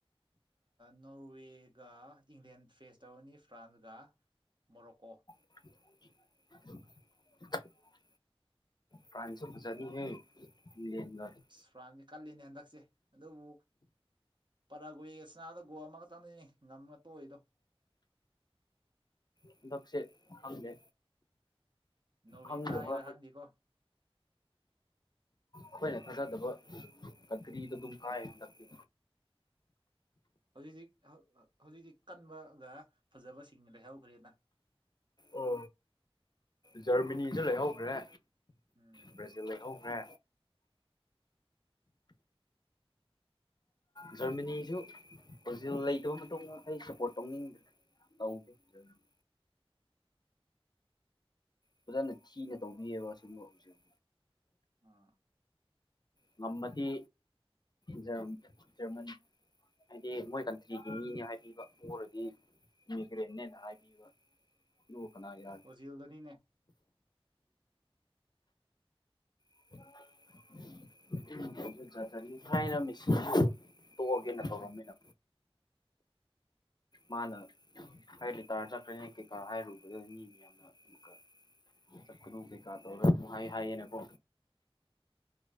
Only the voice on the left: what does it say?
<unintelligible> ꯐꯔꯥꯟꯆ ꯐꯖꯥꯅꯤꯍꯦ ꯑꯦꯡꯂꯪꯒ
ꯍꯟꯗꯛꯁꯦ ꯈꯪꯗꯦ
ꯈꯪꯗꯕ
ꯑꯈꯣꯏꯅ ꯊꯥꯖꯗꯕ ꯀꯟꯀ꯭ꯔꯤꯗꯨ ꯑꯗꯨꯝ ꯀꯥꯏ ꯍꯟꯁꯛꯇꯤ
ꯑꯣ ꯖꯔꯃꯅꯤꯖꯨ ꯂꯩꯍꯧꯒ꯭ꯔꯦ
ꯕ꯭ꯔꯖꯤꯜ ꯂꯩꯍꯧꯒ꯭ꯔꯦ ꯖꯔꯃꯅꯤꯖꯨ <unintelligible> ꯂꯩꯇꯕ ꯃꯇꯨꯡꯗ ꯑꯩ ꯁꯞꯄꯣꯔꯠ ꯇꯧꯅꯤꯡꯗ꯭ꯔꯦ <unintelligible> ꯐꯖꯅ ꯊꯤꯅ ꯇꯧꯕꯤꯑꯕ ꯁꯨꯝꯕ ꯍꯧꯖꯤꯛ
ꯉꯝꯃꯗꯤ ꯖꯔꯝ ꯖꯔꯃꯅꯤ ꯍꯥꯏꯗꯤ ꯃꯣꯏ ꯀꯟꯇ꯭ꯔꯤꯒꯤ ꯃꯤꯅꯦ ꯍꯥꯏꯕꯤꯕ ꯄꯣꯔꯗꯤ ꯏꯃꯤꯒ꯭ꯔꯦꯟꯅꯦꯅ ꯍꯥꯏꯕꯤꯕ <unintelligible> ꯀꯅꯥꯒꯤꯔꯥ
<unintelligible> ꯊꯥꯏꯅ <unintelligible> ꯇꯣꯛꯑꯒꯦꯅ
ꯇꯧꯔꯝꯃꯤꯅ
ꯃꯥꯅ ꯑꯩ ꯂꯤꯇꯥꯔ ꯆꯠꯈ꯭ꯔꯅꯦ ꯀꯩꯀꯥ ꯍꯥꯏꯔꯨꯕꯗ ꯃꯤ ꯃꯌꯥꯝꯅ ꯑꯃꯨꯛꯀ ꯆꯠꯀꯅꯨ ꯀꯩꯀꯥ ꯇꯧꯔ ꯑꯃꯨꯛ ꯍꯥꯏ ꯍꯥꯏꯌꯦꯅ ꯀꯣ